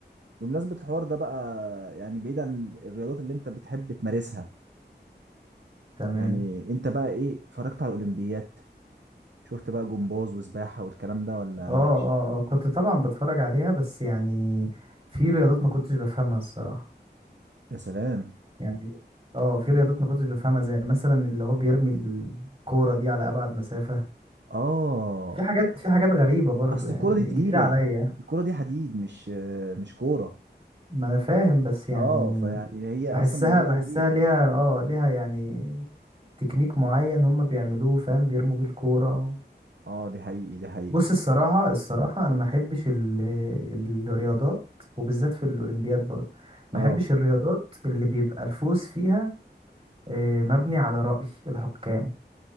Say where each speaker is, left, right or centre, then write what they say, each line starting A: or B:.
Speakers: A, on the right (about 80°); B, on the right (about 35°).
A: بمناسبه الحوار ده بقى يعني بعيد عن الرياضات اللي انت بتحب تمارسها
B: تمام
A: يعني انت بقى ايه اتفرجت على الاولمبيات شفت بقى جمباز وسباحه والكلام ده ولا
B: أه
A: مالكش
B: أه
A: فيه
B: أه كنت طبعا بتفرج عليها بس يعني في رياضات ما كنتش بفهمها الصراحة
A: يا سلام
B: يعني أه في رياضات ما كنتش بفهمها زي مثلا اللي هو بيرمي الكورة دي على أبعد مسافة
A: اه
B: في حاجات في حاجات غريبة برضو
A: اصل
B: يعني
A: الكوره دي تقيله
B: جديدة عليا
A: الكوره دي حديد مش مش كوره
B: ما أنا فاهم بس يعني
A: اه فيعني هي
B: بحسها
A: اصلا وزنها
B: بحسها
A: تقيل
B: ليها اه ليها يعني تكنيك معين هم بيعملوه فاهم بيرموا بيه الكورة
A: اه دي حقيقي دي حقيقي
B: بص الصراحة الصراحة أنا ما أحبش ال- الرياضات وبالذات في الأولمبياد برضه ما
A: اه
B: أحبش الرياضات اللي بيبقى الفوز فيها آه، مبني على رأي الحكام